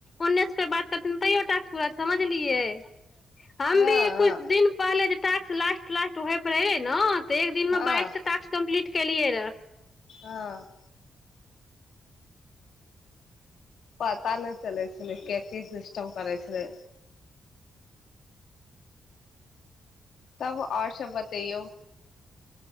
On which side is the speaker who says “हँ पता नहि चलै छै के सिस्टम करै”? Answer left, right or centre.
Left